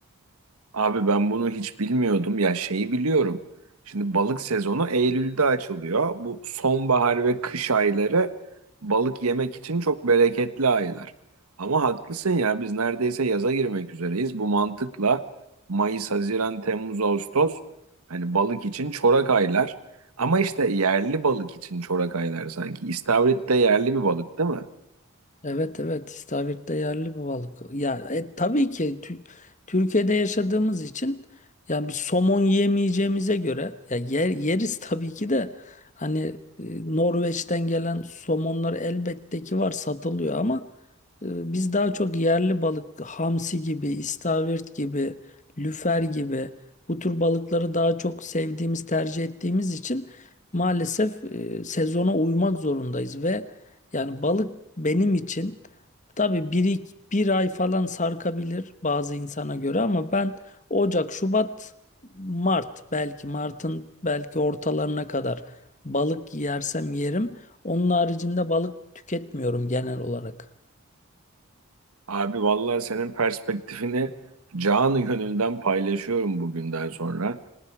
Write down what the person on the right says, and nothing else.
Abi ben bunu hiç bilmiyordum. Ya şeyi biliyorum. Şimdi balık sezonu Eylül'de açılıyor. Bu sonbahar ve kış ayları balık yemek için çok bereketli aylar. Ama haklısın ya biz neredeyse yaza girmek üzereyiz. Bu mantıkla Mayıs, Haziran, Temmuz, Ağustos hani balık için çorak aylar. Ama işte yerli balık için çorak aylar sanki. İstavrit de yerli bir balık değil mi?
Abi vallahi senin perspektifini canı gönülden paylaşıyorum bugünden sonra.